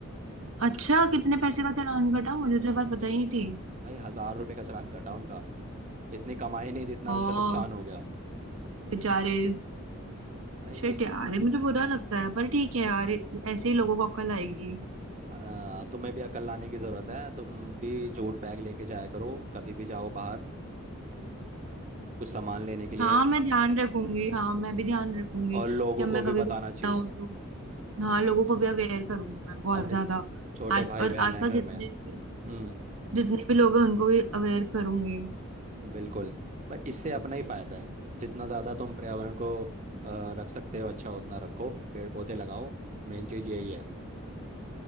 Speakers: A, on the right (about 75°); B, on the right (about 35°).
A: अच्छा कितने पैसे का चालान कटा मुझे तो ये बात पता ही नहीं थी
B: भाई हजार रुपए का चालान कटा उनका इतनी कमाई नहीं जितना
A: हाँ
B: उनका नुकसान हो गया
A: बेचारे
B: हम्म, भाई
A: शिट
B: इसलिए
A: यार ये मुझे बुरा लगता है पर ठीक है यार ऐसे ही लोगों को अक्ल आएगी
B: अ, तुम्हें भी अकल लाने की ज़रूरत है तुम भी जूट बैग लेके जाया करो कभी भी जाओ बाहर कुछ सामान लेने के लिए
A: हाँ मैं ध्यान रखूंगी हाँ मैं भी ध्यान रखूंगी
B: और लोगों
A: जब
B: को
A: मैं
B: भी
A: कभी
B: बताना
A: भी
B: चाहिए
A: जाऊँ तो हाँ लोगों को भी अवेयर करूंगी मैं बहुत
B: अपने
A: ज्यादा
B: ज- छोटे
A: आज
B: भाई
A: और
B: बहन
A: आसपास
B: है घर
A: जितने
B: में
A: भी
B: हम्म
A: जितने भी लोग हैं उनको भी अवेयर करूंगी
B: बिल्कुल भाई इससे अपना ही फायदा है जितना ज़्यादा तुम पर्यावरण को अ, रख सकते हो अच्छा उतना रखो पेड़ पौधे लगाओ मेन चीज़ यही है